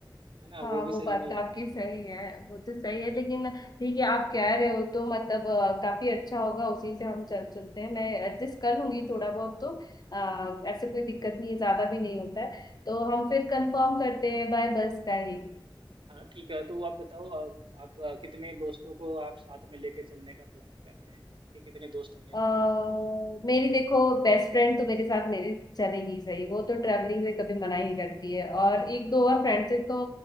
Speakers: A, on the right; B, on the left.
A: है ना
B: हाँ
A: वो भी
B: वो
A: सही
B: बात
A: नहीं
B: तो
A: है
B: आपकी सही है वो तो सही है लेकिन ठीक है आप कह रहे हो तो मतलब अ, काफी अच्छा होगा उसी से हम चल चलते हैं मैं एडजस्ट कर लूंगी थोड़ा बहुत तो आ, ऐसे कोई दिक्कत नहीं है ज्यादा भी नहीं होता है तो हम फिर कंफर्म करते हैं बाय बस का ही
A: हाँ ठीक है तो आप बताओ अ, आप अ, कितने दोस्तों को आप साथ में लेके चलने का प्लान कर रहे हैं आपके कितने दोस्त होंगे
B: अ, मेरी देखो बेस्ट फ्रेंड तो मेरे साथ मेरी चलेगी सही वो तो ट्रैवलिंग में कभी मना ही करती है और एक दो और फ्रेंड से तो